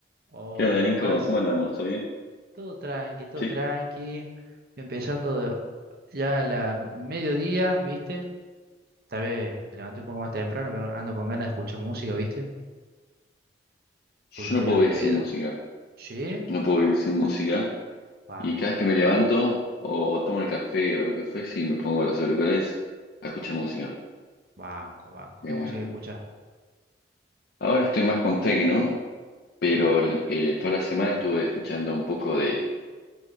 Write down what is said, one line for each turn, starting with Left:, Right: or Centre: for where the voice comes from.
Right: Hola
Left: ¿Qué onda,
Right: Tomás,
Left: Nico? ¿Cómo andamos? ¿Todo bien?
Right: todo tranqui, todo
Left: Sí,
Right: tranqui. Empezando de- ya a la mediodía, ¿viste? Esta vez me levanté un poco más temprano, pero ando con ganas de escuchar música, ¿viste?
Left: yo
Right: Porque estoy
Left: no puedo
Right: al
Left: vivir
Right: pedo.
Left: sin música.
Right: ¿Sí?
Left: No puedo vivir sin música.
Right: Banco,
Left: Y cada vez que me levanto o, o tomo el café o lo que fuese y me pongo los auriculares a escuchar música.
Right: banco, banco.
Left: Eh,
Right: ¿Qué música escuchas?
Left: ahora estoy más con techno, pero
Right: Mm,
Left: el- eh, toda la semana estuve escuchando un poco de